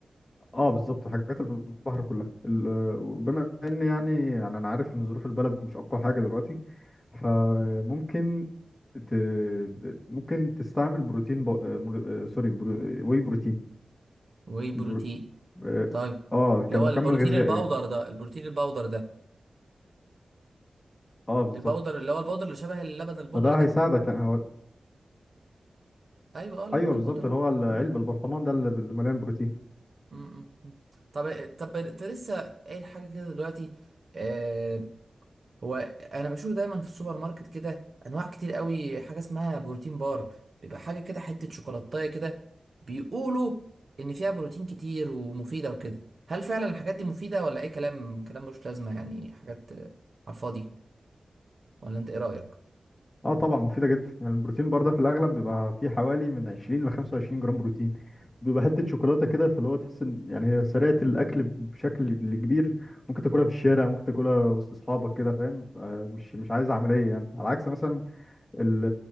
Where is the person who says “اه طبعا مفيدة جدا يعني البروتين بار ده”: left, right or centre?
Left